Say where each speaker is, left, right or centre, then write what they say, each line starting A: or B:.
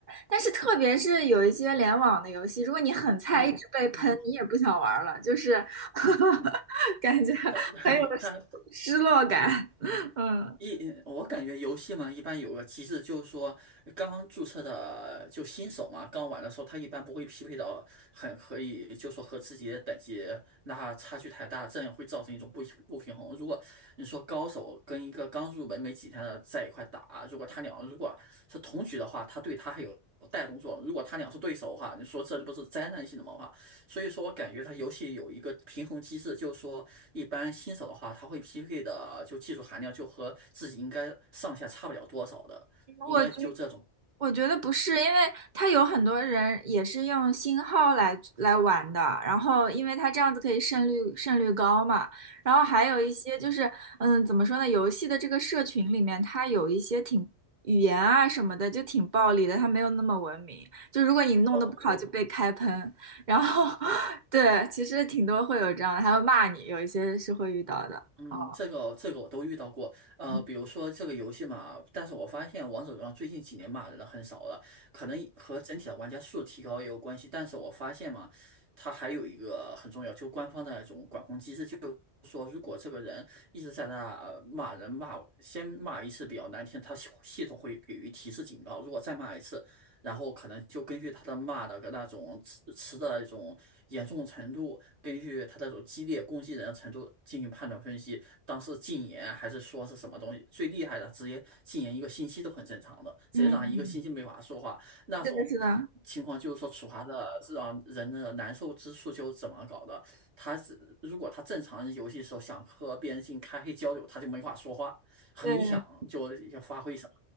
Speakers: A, on the right (about 45°); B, on the right (about 65°).
A: 但是特别是有一些联网的游戏，如果你很菜，
B: 嗯嗯
A: 一直被喷，你也不想玩了，就是 <laughs>
B: 嗯，
A: 感觉
B: 它 <laughs>
A: 很有
B: 他。
A: 失落感。<laughs> 嗯，
B: 一，呃我感觉游戏嘛，一般有个机制，就是说刚刚注册的就新手嘛，刚玩的时候，他一般不会匹配到很可以，就说和自己的等级那差距太大，这样会造成一种不不平衡。如果你说高手跟一个刚入门没几天的在一块打，如果他俩如果是同局的话，他对他还有带动作；如果他俩是对手的话，你说这不是灾难性的嘛话，所以说，我感觉它游戏有一个平衡机制，就是说，一般新手的话，他会匹配的就技术含量就和自己应该上下差不了多少的，应该就这种。
A: 我觉我觉得不是，因为他有很多人也是用新号来来玩的，然后因为他这样子可以胜率胜率高嘛，然后还有一些就是，嗯，怎么说呢，游戏的这个社群里面，它有一些挺语言啊什么的就挺暴力的，它没有那么文明，就如果你弄得不好就被开喷，
B: 哦
A: 然后 <laughs> 对，其实挺多会有这样的，还会骂你，有一些是会遇到的。
B: 嗯，
A: 哦，
B: 这个这个我都遇到过，呃，
A: 嗯，
B: 比如说这个游戏嘛，但是我发现王者荣耀最近几年骂人的很少了，可能和整体的玩家数提高也有关系，但是我发现嘛，它还有一个很重要，就官方的那种管控机制，就是说如果这个人一直在那呃骂人骂，先骂一次比较难听，他系系统会给予提示警告，如果再骂一次，然后可能就根据他的骂的那种词词的一种严重程度，根据他那种激烈攻击人的程度进行判断分析，当时禁言还是说是什么东西，最厉害的直接禁言一个星期都很正常的，直接让一个星期没法说话，
A: 嗯，
B: 那种
A: 是的，是的，
B: 情况就是说处罚的是让人的难受之处就是怎么搞的，他是如果他正常游戏的时候想和别人进行开黑交流，他就没法说话，很影响就发挥什么，
A: 对。